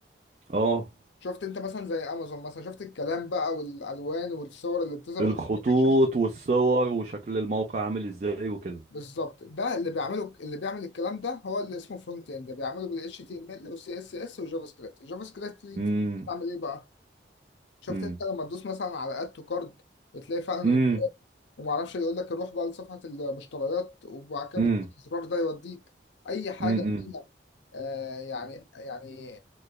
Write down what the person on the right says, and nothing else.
اه
الخطوط
والصور وشكل الموقع عامل ازاي وكده
امم
امم
امم
امم
امم